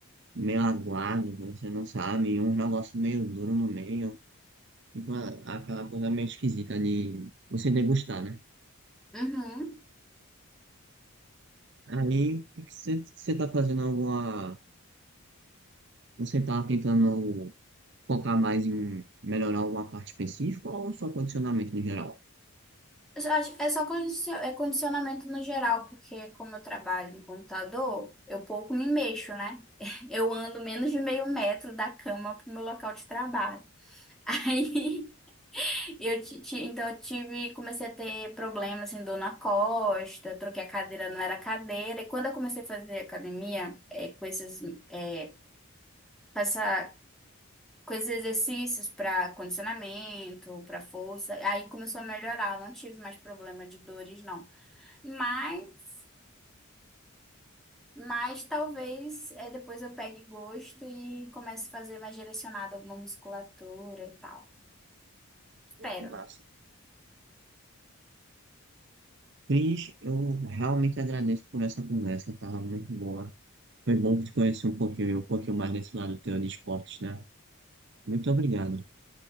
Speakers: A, on the right (about 50°); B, in the centre.
A: meio aguado, que você não sabe, e um negócio meio duro no meio, e com a- aquela coisa meio esquisita de você degustar, né?
B: Uhum.
A: Aí, se você tá fazendo alguma. Você tá tentando focar mais em melhorar alguma parte específica ou só condicionamento no geral?
B: Eu só acho- É só condicio- é condicionamento no geral, porque como eu trabalho no computador, eu pouco me mexo, né? <laughs> Eu ando menos de meio metro da cama pro meu local de trabalho. Aí <laughs> eu ti- ti- então eu tive, comecei a ter problema assim, dor na costa, troquei a cadeira, não era cadeira. E quando eu comecei a fazer academia, é, com esses, é, com essa com esses exercícios para condicionamento, para força. Aí começou a melhorar, eu não tive mais problema de dores, não. Mas, mas talvez é, depois eu pegue gosto e comece a fazer mais direcionado alguma musculatura e tal. Espero.
A: Muito massa. Cris, eu realmente agradeço por essa conversa, tava muito boa. Foi bom te conhecer um pouquinho, um pouquinho mais desse lado teu de esportes, né? Muito obrigado.